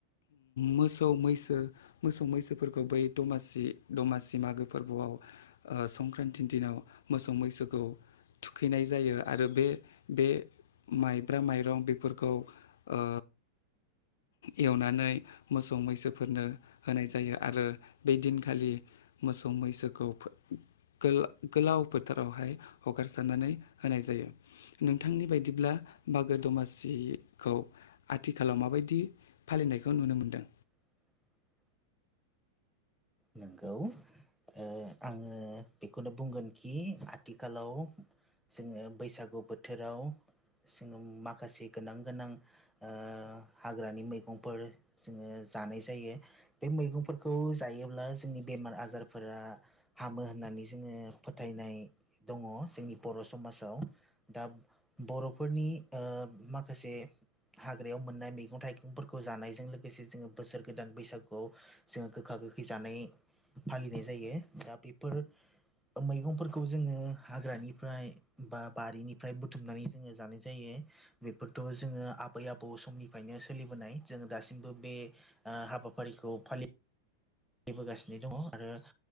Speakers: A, on the left; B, in the centre.
A: मोसौ मैसो मोसौ मैसोफोरखौ बै दमासि दमासि मागोफो आव ओ संक्रान्ति दिनाव मोसौ मैसोखौ थुखैनाय जायो आरो बे बे माइब्रा माइरं बेफोरखौ ओ एवनानै मोसौ मैसोफोरनो होनाय जायो आरो बे दिनखालि मोसौ मैसोखौ गोला गोलाव फोथारावहाय हगारसारनानै होनाय जायो। नोंथांनि बायदिब्ला मागो दमासिखौ आथिखालाव माबायदि फालिनायखौ नुनो मोनदों।
B: <unintelligible> नोंगौ ओ आङो बेखौनो बुंगोनखि आथिखालाव जोङो बैसागु बोथोराव जोङो माखासे गोनां गोनां ओ हाग्रानि मैगंफोर जोङो जानाय जायो बे मैगंफोरखौ जायो ब्ला जोंनि बेमार आजारफोरा हामो होननानै जोङो फोथायनाय दङ जों बर' समाजाव दा बर'फोरनि ओ माखासे हाग्रा बेयाव मोननाय मैगं थाइगंफोरखौ जानायजों लोगोसे जोङो बोसोर गोदान बैसागुआव जोङो गोखा गोखै जानाय फालिनाय जायो दा बेफोर मैगंफोरखौ जोङो हाग्रानिफ्राय बा बारिनिफ्राय बुथुमनानै जोङो जानाय जायो। बेफोरखौ जोङो आबै आबौ समनिफ्रायनो सोलिबोनाय जों दासिमबो बे ओ हाबाफारिखौ फालिबोगासिनो दङ आरो